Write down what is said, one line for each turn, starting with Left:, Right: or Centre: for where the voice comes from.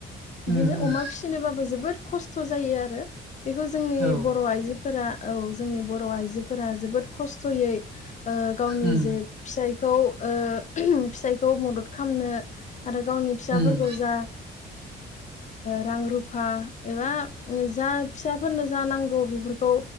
Left: बिदिनो
Right: उम उम
Left: अमा फिसिनोबाबो जोबोद खस्थ' जायो आरो बेखौ जोंनि
Right: औ
Left: बर' आइजो फोर औ जोंनि बर' आइजोफोरा जोबोद खस्थ'यै गावनि
Right: उम
Left: जे फिसाय फिसायखौ मदद खालामनो आरो गावनि फिसाफोरखौ
Right: उम
Left: जा रां रुफा एबा जा फिसाफोरनो जा नांगौ बेफोरखौ